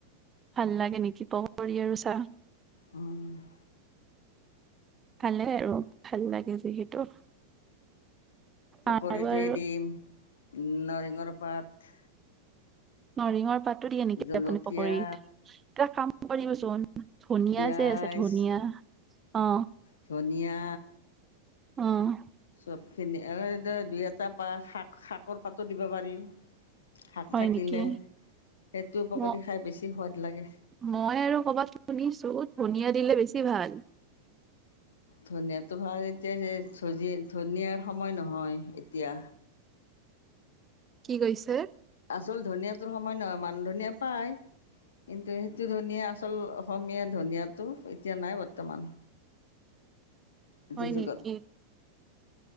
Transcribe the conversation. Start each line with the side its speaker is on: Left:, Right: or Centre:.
Right: ভাল লাগে নেকি পকৰি আৰু চাঁ
Left: উম
Right: ভালে আৰু ভাল লাগে যিহেতু
Left: পকৰীত
Right: আৰু আৰু
Left: হে দিম নৰসিংহৰ পাত
Right: নৰসিংহ পাতো দিয়ে নেকি
Left: জলকীয়া
Right: আপুনি পকৰীত এ কাম কৰিবচোন ধনিয়া
Left: পিয়াজ
Right: যে আছে ধনিয়া অ
Left: ধনিয়া
Right: অঁ
Left: গোটেইখিনি দুই এটা পাত শাক শাকৰ পাতো দিব পাৰি শাক
Right: হয়
Left: থাকিলে
Right: নেকি
Left: সেইটো পকৰী
Right: ম
Left: খাই বেছি সোৱাদ লাগে
Right: মই আৰু ক'বাত শুনিছো ধুনীয়া দিলে বেছি ভাল
Left: ধনীয়াতটো ভাল এতিয়া যে ধনীয়াৰ সময় নহয় এতিয়া
Right: কি কৈছে
Left: আচল ধনীয়াটোৰ সময় নহয় মানহ ধনীয়া পায় কিন্তু সেইটো ধনীয়া আচল অসমীয়া ধনীয়াটো এতিয়া নাই বৰ্তমান এইটো
Right: হয়
Left: যুগত
Right: নেকি